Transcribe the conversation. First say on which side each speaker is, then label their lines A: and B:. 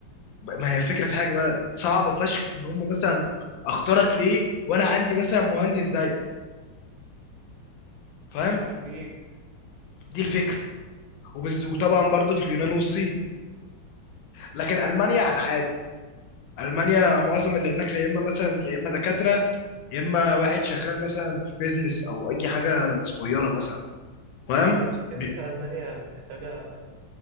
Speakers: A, on the left; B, on the right.
A: ما هي الفكرة في حاجة بقى صعبة فشخ إن هم مثلا أختارك ليه وأنا عندي مثلا مهندس زيك فاهم
B: أكيد
A: دي الفكرة وبز... وطبعا برضو في اليونان والصين لكن المانيا على العادي المانيا معظم اللي هناك يا اما مثلا يا اما دكاتره يا اما واحد شغال مثلا في بيزنس او اي حاجه صغيره مثلا فاهم
B: بس كده
A: ب-
B: كده ألمانيا محتاجة